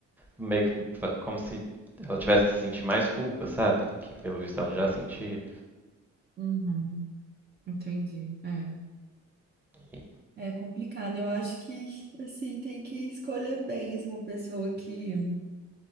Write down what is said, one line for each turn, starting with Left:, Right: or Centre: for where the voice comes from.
Centre: meio que fa- como se ela tivesse que sentir mais culpa, sabe? Que pelo visto ela já sentia.
Right: Uhum. Entendi. É.
Centre: E-
Right: É complicado. Eu acho que, assim, tem que escolher bem, assim, uma pessoa que.